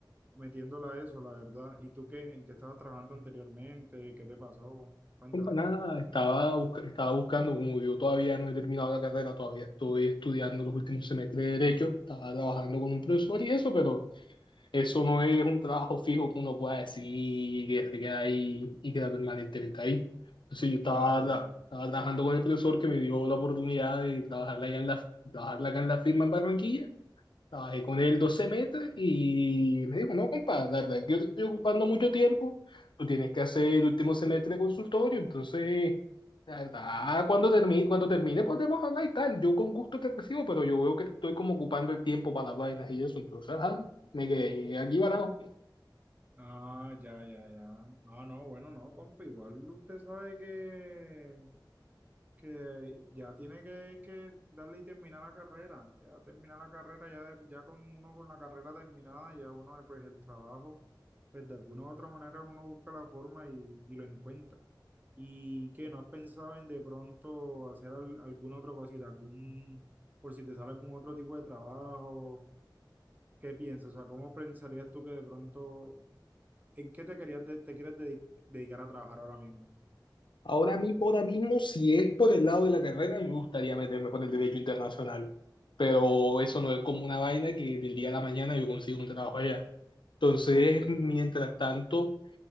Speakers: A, on the right; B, on the left.
A: metiéndola a eso, la verdad. ¿Y tú qué? ¿En qué estabas trabajando anteriormente? ¿Qué te pasó? Cuéntame.
B: no, para nada, estaba, busca- estaba buscando, como yo todavía no he terminado la carrera, todavía estoy estudiando los últimos semestres de Derecho, estaba trabajando con un profesor y eso, pero eso no es un trabajo fijo que uno pueda decir que se queda ahí y queda permanentemente ahí. Entonces yo estaba,
A: Claro,
B: tra-
A: claro.
B: estaba trabajando con el profesor que me dio la oportunidad de trabajarla allá en la, trabajarla acá en la firma en Barranquilla Trabajé con él 12 meses y me dijo, no, compadre, la verdad, es que yo te estoy ocupando mucho tiempo, tú tienes que hacer el último semestre de consultorio, entonces, la verdad, cuando termine, cuando termine podemos hablar y tal, yo con gusto te recibo, pero yo veo que te estoy como ocupando el tiempo para las vainas y eso, entonces, ajá, me quedé aquí varado.
A: Ah, ya, ya, ya. Ah, no, bueno, no, compa, igual usted sabe que, que ya tiene que, que darle y terminar la carrera. Ya terminar la carrera, ya, de- ya con uno con la carrera terminada, ya uno, pues el trabajo, pues de alguna u otra manera uno busca la forma y, y lo encuentra. ¿Y qué? ¿No has pensado en de pronto hacer al- alguna otra cosita, algún, por si te sale algún otro tipo de trabajo? ¿Qué piensas? O sea, ¿cómo pensarías tú que de pronto ¿En qué te querías de- te quieres dedi- dedicar a trabajar ahora mismo?
B: Ahora mismo, ahora mismo, si es por el lado de la carrera, me gustaría meterme por el derecho internacional, pero eso no es como una vaina que del día a la mañana yo consigo un trabajo allá. Entonces,
A: Ok,
B: mientras tanto...